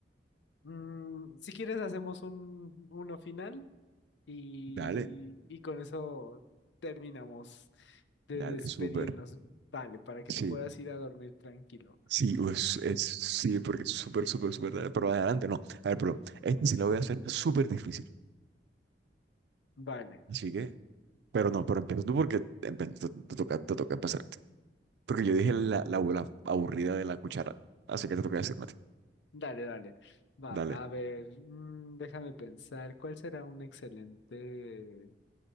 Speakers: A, on the left (about 75°); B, on the right (about 65°).
A: Mm, si quieres hacemos un uno final y,
B: Dale,
A: y con eso terminamos de
B: dale,
A: despedirnos.
B: súper.
A: Vale, para que
B: Sí.
A: te puedas ir a dormir tranquilo.
B: Sí, es, es- sí, porque es súper, súper, súper tarde. Pero adelante, no. A ver, pero este sí lo voy a hacer súper difícil.
A: Vale.
B: Así que, pero no, pero empieza tú porque empe- te, te toca, te toca empezarte. Porque yo dije la, la, la aburrida de la cuchara. Así que te toca decirme a ti.
A: Dale, dale. Va,
B: Dale.
A: a ver, mm, déjame pensar, ¿cuál será un excelente,